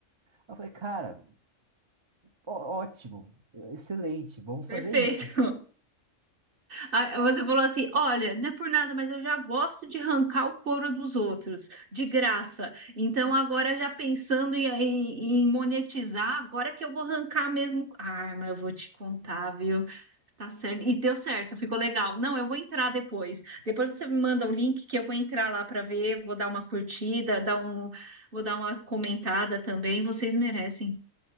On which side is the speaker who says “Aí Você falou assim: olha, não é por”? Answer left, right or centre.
Right